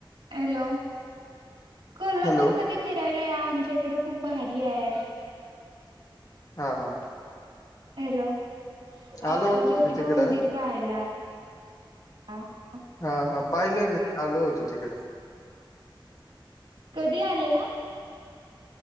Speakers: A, on the right; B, on the left.
A: हॅलो कोल्हापूरमध्ये
B: हॅलो
A: फिरायला या आमच्या इकडे खूप भारी आहे..
B: हा हा..
A: हॅलो! अ
B: आलो होत
A: ज्योतिबा
B: तिकडं
A: मंदिर पाहायला <unintelligible>
B: हा हा.. पाहिलेय मी आलो होतो तिकडं..
A: कधी आलेला?